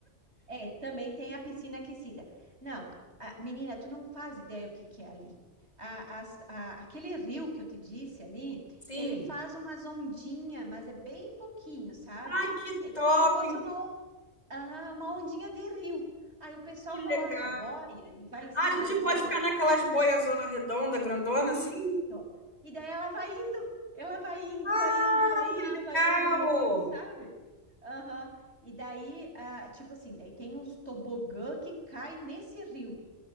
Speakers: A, on the right (about 60°); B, on the left (about 35°).
A: É, também tem a piscina aquecida. Não, a- menina, tu não faz ideia o que que é ali. A- as- a- aquele rio que eu te disse ali,
B: <laughs> Sim.
A: ele faz umas ondinhas, mas é bem pouquinho, sabe?
B: Ai, que
A: É como
B: top!
A: se fosse uma, on- aham, uma ondinha de rio. Aí o pessoal
B: Que legal.
A: coloca a boia e vai em cima
B: Ah, a gente
A: das boias.
B: pode ficar naquelas boias zona redonda, grandona,
A: Isso.
B: assim?
A: E daí ela vai indo, ela vai indo,
B: Ah,
A: vai indo, vai indo,
B: que legal!
A: vai indo no rio, sabe? Aham. E daí, ah, tipo assim, daí tem os tobogã que cai nesse rio.